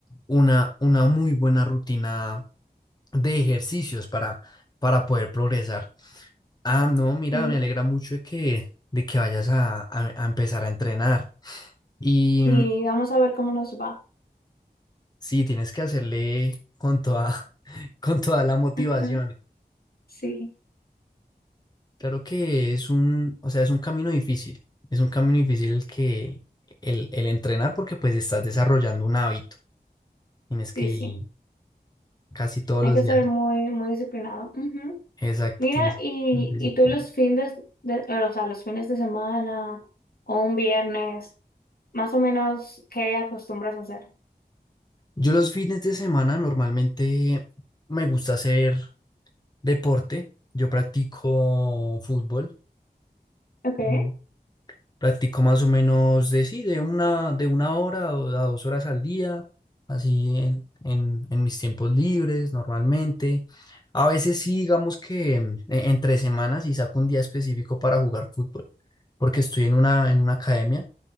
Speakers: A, on the left; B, on the left.
A: una, una muy buena rutina de ejercicios para, para poder progresar. Ah, no, mira,
B: Sí,
A: me alegra mucho de que, de que vayas a, a- a empezar a entrenar. Y
B: sí,
A: mm,
B: vamos a ver cómo nos va.
A: sí, tienes que hacerle con toda, <laughs> con toda la motivación.
B: Ajá, Sí,
A: Claro que es un, o sea, es un camino difícil. Es un camino difícil el que el, el entrenar porque pues estás desarrollando un hábito. Tienes que
B: sí,
A: ir
B: sí.
A: casi todos
B: Hay
A: los
B: que
A: días.
B: ser muy, muy disciplinado. Ujú.
A: Exacto,
B: Mira,
A: tienes
B: y,
A: disciplina.
B: y tú los fines de, eh, o sea, los fines de semana o un viernes, más o menos, ¿qué acostumbras a hacer?
A: Yo los fines de semana normalmente me gusta hacer deporte. Yo practico fútbol.
B: Okay,
A: Mm, Practico más o menos de sí, de una, de una hora o a dos horas al día, así en, en, en mis tiempos libres normalmente. A veces sí, digamos que mm, e- entre semanas y saco un día específico para jugar fútbol, porque estoy en una, en una academia,